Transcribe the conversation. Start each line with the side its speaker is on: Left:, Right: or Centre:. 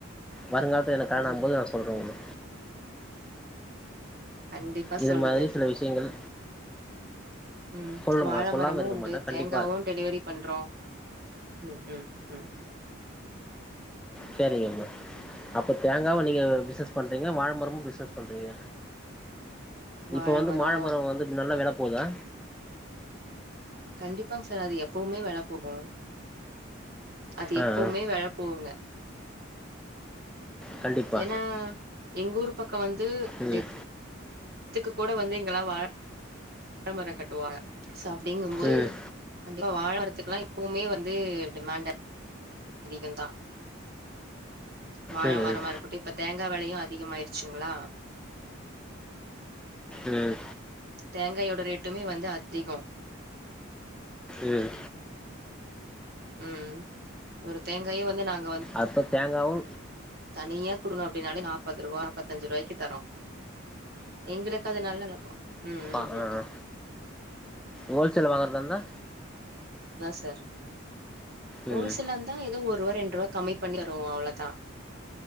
Centre: வருங்காலத்துல எனக்கு கல்ணாகு
Right: ம்
Centre: போது நா சொல்றோ உங்க
Right: கண்டிப்பா
Centre: இது
Right: சொல்லுங்க
Centre: மாதிரி சில விஷயங்கள்
Right: ம்
Centre: சொல்லுமா
Right: வாழ
Centre: சொல்லாம
Right: மரமு
Centre: இருக்க
Right: உண்டு
Centre: மாட்டே கண்டிப்பா
Right: தேங்காவு டெலிவெரி பண்றோ ம் ம் ம்
Centre: செரிங்கம்மா அப்ப தேங்காவு நீங்க பிசினஸ் பண்றீங்க வாழமரமு பிசினஸ் பண்றீங்க
Right: வாழ
Centre: இப்ப வந்து
Right: மரோ
Centre: மாழ மரம் வந்து நல்ல வெல போதா
Right: கண்டிப்பாங்க சார் அது எப்பவுமே வெல போகு அது
Centre: ஆ
Right: எப்பவுமே
Centre: ஆ
Right: வெல போகுங்க
Centre: கண்டிப்பா
Right: ஏன்னா எங்க ஊரு பக்கோ வந்து
Centre: ம்
Right: டெத் த்துக்கு கூட வந்து இங்கெல்லா வாழ வாழமர கட்டுவாங்க சோ அப்டிங்குபோது
Centre: ம்
Right: கண்டிப்பா வாழ மரத்துக்கெல்லா எப்பவுமே வந்து டிமாண்டு அதிக தா வாழ
Centre: ம்
Right: மரமா இருக்கட்டு இப்ப தேங் கா வெலயு அதிகமாயிடுச்சுங்களா
Centre: ம்
Right: தேங்காயோட ரேட்டுமே வந்து அதிகோ
Centre: ம்
Right: ம் ஒரு தேங்காயே வந்து நாங்
Centre: அப்ப தேங்காவு
Right: தனியா குடுணோ அப்டினாலே நாப்பது ரூபா நாப்பத்தஞ்சு ருவாய்க்கி தரோ எங்களுக்கு அது நல்லா லாபோ ம் ம்
Centre: ஆ ஆ
Right: ம்
Centre: ஆ ஹோல்சேல வாங்கறதாந்தா
Right: சார் ஹோல்சேல்ல
Centre: ம்
Right: இருந்தா ஏதோ ஒரு ரூவா ரெண்டு ரூபா கம்மி பண்ணி வருவோம் அவ்ளவுதா